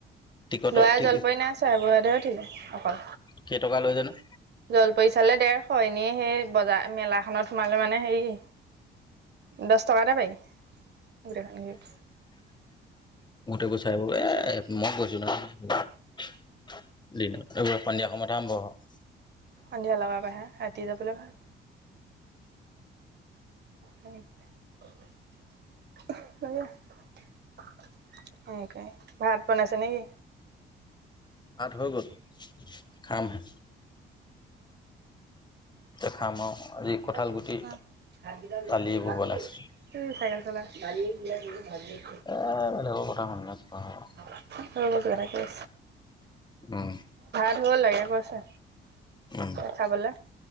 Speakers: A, on the left (about 20°); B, on the right (about 55°).
A: টিকটৰ
B: ল'ৰাই
A: কেই
B: জলপৰি নাই ছোৱা। বুঢ়াটোৱে উঠিলে অকল।
A: কেই টকা লৈ জানোঁ?
B: জল পৰি চালে, ডেৰশ। এনেই সেই, বজাৰ, মেলাখনত সোমালে মানে, হেৰি দহ টকাতে পাৰি, গোটেই খিনি <unintelligible>
A: <unintelligible>
B: চালে
A: সন্ধিয়া সময়ত আৰম্ভ।
B: সন্ধিয়া লগাব আহে। ৰাতি যাবলৈ ভাল। <unintelligible> <unintelligible> সনেকে, <inaudible> ভাত বনাইছে নেকি?
A: ভাত হৈ গ'ল, খামহে। এতিয়া খাম আও। আজি কঁঠাল
B: <unintelligible>
A: গুটি দালি এইবোৰ বনাইছে এ, বেলেগৰ কথা <unintelligible>
B: ৰ'ব, কিবা এটা কৈ আছে।
A: উম!
B: <unintelligible> লাগে কৈছে!
A: উম
B: খাবলে।